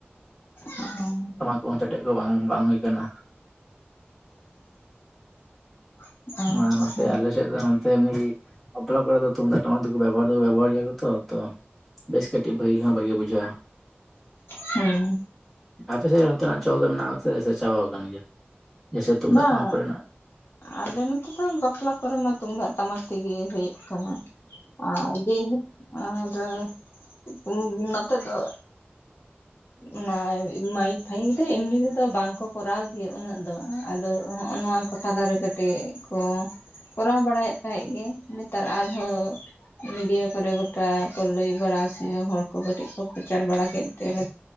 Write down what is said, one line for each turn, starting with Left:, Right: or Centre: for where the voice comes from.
Left: ᱦᱩ
Centre: <inaudible> ᱴᱮᱴᱮᱫ ᱫᱚ ᱵᱟᱝ ᱵᱟᱝ ᱦᱩᱭ ᱟᱠᱟᱱᱟ
Left: ᱚ ᱟᱪᱪᱷᱟ
Centre: ᱱᱟ ᱱᱚᱛᱮ ᱟᱞᱮᱥᱮᱫ ᱫᱚ ᱱᱚᱛᱮ ᱢᱤᱫᱵᱟᱯᱞᱟ ᱠᱚᱨᱮ ᱫᱚ ᱛᱩᱢᱫᱟᱜ ᱴᱟᱢᱟᱠ ᱫᱚ ᱠᱚ ᱵᱮᱵᱚᱦᱟᱨ ᱫᱚ ᱵᱮᱵᱚᱦᱟᱨ ᱜᱮᱭᱟ ᱛᱚ ᱵᱮᱥ ᱠᱟᱹᱴᱤᱡ ᱵᱷᱟᱹᱜᱤ ᱦᱚᱸ ᱵᱷᱟᱜᱤ ᱵᱩᱡᱷᱟᱹᱜᱼᱟ
Left: ᱦᱮᱸ
Centre: ᱟᱯᱮ ᱥᱮᱫ ᱚᱱᱛᱮᱱᱟᱜ ᱪᱚᱞ ᱫᱚ ᱢᱮᱱᱟᱜ-ᱟ ᱥᱮ ᱪᱟᱵᱟᱟᱣ ᱟᱠᱟᱱ ᱜᱮᱭᱟ ᱡᱮᱭᱥᱮ ᱛᱩᱢᱫᱟᱜ
Left: ᱵᱟᱝ
Centre: ᱴᱟᱢᱟᱠ ᱠᱚᱨᱮᱱᱟᱜ
Left: ᱟᱞᱮ ᱱᱚᱛᱮ ᱫᱚ ᱵᱟᱯᱞᱟ ᱠᱚᱨᱮ ᱢᱟ ᱛᱩᱢᱫᱟᱜ ᱴᱟᱢᱟᱠ ᱛᱮᱜᱮ ᱦᱩᱭᱩᱜ ᱠᱟᱱᱟ ᱟᱨ ᱡᱮᱜᱤ ᱟᱫᱚ ᱦ ᱱᱚᱛᱮ ᱫᱚ ᱚᱱᱟ ᱢᱟᱭᱤᱠ ᱯᱷᱟᱭᱤᱠ ᱫᱚ ᱮᱢᱱᱤ ᱨᱮᱫᱚ ᱵᱟᱝᱠᱚ ᱠᱚᱨᱟᱣ ᱜᱮ ᱩᱱᱟᱹᱜ ᱫᱚ ᱟᱫᱚ ᱦᱚᱱᱚᱭᱟ ᱠᱚᱴᱟ ᱫᱟᱨᱮ ᱠᱟᱹᱴᱤᱡ ᱠᱚ ᱠᱚᱨᱟᱣ ᱵᱟᱲᱟᱭᱮᱫ ᱛᱟᱦᱮᱸᱫ ᱜᱮ ᱱᱮᱛᱟᱨ ᱟᱨᱦᱚᱸ ᱢᱤᱰᱤᱭᱟ ᱠᱚᱨᱮ ᱜᱚᱴᱟ ᱠᱚ ᱞᱟᱹᱭ ᱵᱟᱲᱟ ᱥᱮ ᱦᱚᱲ ᱠᱚ ᱠᱟᱹᱴᱤᱡ ᱠᱚ ᱯᱨᱚᱪᱟᱨ ᱵᱟᱲᱟ ᱠᱮᱫ ᱛᱮ